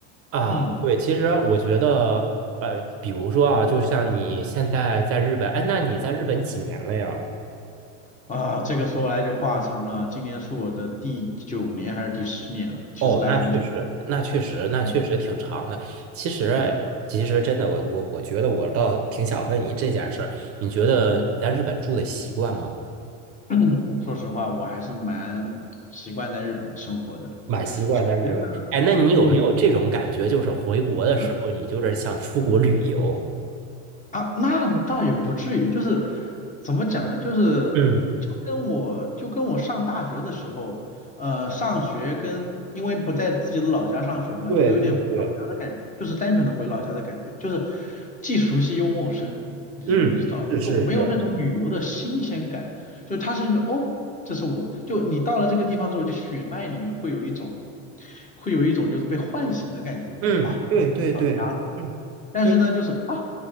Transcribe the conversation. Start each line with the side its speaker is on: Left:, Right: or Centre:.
Right: 啊，
Left: 嗯。
Right: 对，其实我觉得，呃，比如说啊，就像你现在在日本，哎，那你在日本几年了呀？
Left: 啊，这个说来就话长了。今年是我的第九年还是第十年啊？其实来很久。
Right: 哦，那确实，那确实，那确实挺长的。
Left: 嗯，
Right: 其实，
Left: 对，
Right: 其实真的，我我我觉得我倒挺想问你这件事儿，你觉得你在日本住的习惯吗？
Left: 嗯，<clears throat> 我说实话，我还是蛮习惯在日本的生活的。
Right: 蛮习惯在日本。
Left: 首先呢，
Right: 哎，那你有没有这种感觉，
Left: 嗯。
Right: 就是回国的时候，
Left: 是。
Right: 你就是想出国旅游？
Left: 啊，那倒也不至于，就是怎么讲呢？就是就跟我就跟我上大学的时候，
Right: 嗯，
Left: 呃，上学跟因为不在自己的老家上学嘛，
Right: 对对对，
Left: 就有点回老家的感觉，就是单纯的回老家的感觉，就是既熟悉又陌生，你知你知道吗，
Right: 嗯，是是是，
Left: 就没有那种旅游的新鲜感，就它是那种哦，这是我就你到了这个地方之后，就血脉里面会有一种会有一种就是被唤醒的感觉，
Right: 嗯，
Left: 就啊。
Right: 对对对，
Left: 到家了。
Right: 嗯，
Left: 但是呢，
Right: 对
Left: 就是啊，